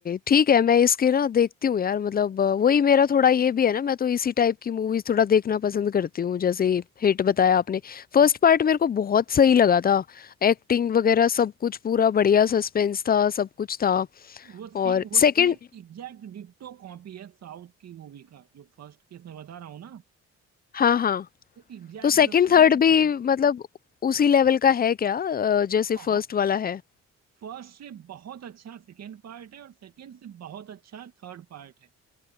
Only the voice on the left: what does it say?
ठीक है मैं इसके ना देखती हूँ यार मतलब अ, वही मेरा थोड़ा ये भी है ना मैं तो इसी टाइप की मूवीज थोड़ा देखना पसंद करती हूँ जैसे हिट बताया आपने फर्स्ट पार्ट मेरे को बहुत सही लगा था एक्टिंग वगैरह सब कुछ पूरा बढ़िया सस्पेंस था सब कुछ था
और
सेकंड
हाँ हाँ
तो सेकंड
थर्ड भी
मतलब उसी लेवल का है क्या अ, जैसे
फर्स्ट वाला है